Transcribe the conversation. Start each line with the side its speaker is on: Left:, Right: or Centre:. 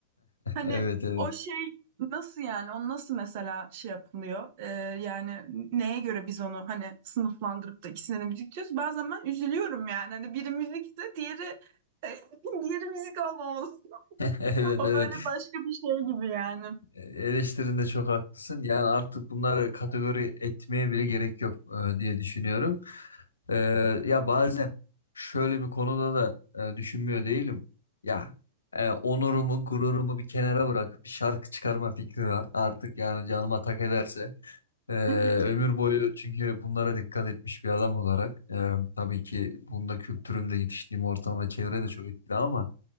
Right: Hani
Left: evet, evet.
Right: o şey nasıl yani onu nasıl mesela şey yapılıyor Ee, yani neye göre biz onu hani sınıflandırıp da ikisine de müzik diyoruz bazen ben üzülüyorum yani hani biri müzikse diğeri <laughs> diğeri müzik olmamalı
Left: <laughs>
Right: <laughs>
Left: Evet,
Right: o
Left: evet.
Right: böyle başka bir şey gibi yani
Left: Eleştirinde çok haklısın. Yani artık bunları kategori etmeye bile gerek yok e, diye düşünüyorum. E, ya bazen şöyle bir konuda da e, düşünmüyor değilim. Ya e, onurumu, gururumu bir kenara bırakıp bir şarkı çıkarma fikri var. Artık yani canıma tak ederse. E,
Right: <laughs>
Left: ömür boyu çünkü bunlara dikkat etmiş bir adam olarak. e, tabii ki bunda kültürümde yetiştiğim ortam ve çevre de çok etkili ama